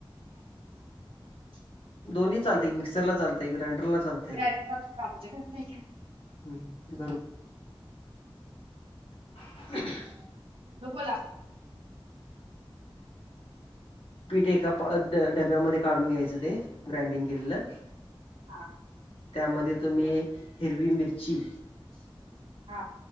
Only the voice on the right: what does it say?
<unintelligible>
ग्राइंडर बाबाच्या <unintelligible>
मग बोला
हा
हा